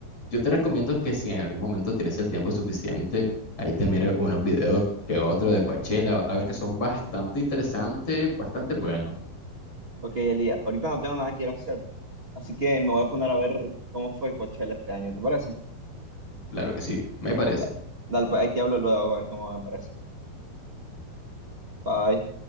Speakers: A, on the left; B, on the right.
A: Yo te recomiendo que si en algún momento tienes el tiempo suficiente, ahí te mires unos videos que otro de Coachella, a ver que son bastante interesantes, bastante buenos.
B: Ok, Elías, ahorita no tengo nada que ir a hacer, así que me voy a poner a ver cómo fue Coachella este año, ¿te parece?
A: Claro que sí, me parece.
B: Da- Dale, pues ahí te hablo luego a ver cómo me parece. Bye.